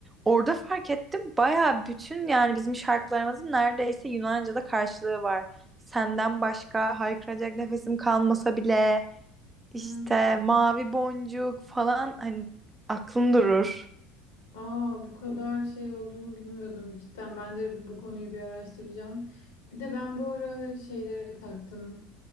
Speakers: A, on the right (about 20°); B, on the left (about 85°).
A: Orada fark ettim baya bütün yani bizim şarkılarımızın neredeyse Yunanca'da karşılığı var. Senden başka haykıracak nefesim kalmasa bile işte
B: Hmm.
A: mavi boncuk falan hani aklın durur.
B: Aa, bu kadar şey olduğunu bilmiyordum cidden. Ben de bu konuyu bir araştıracağım. Bir de ben bu ara şeylere taktım.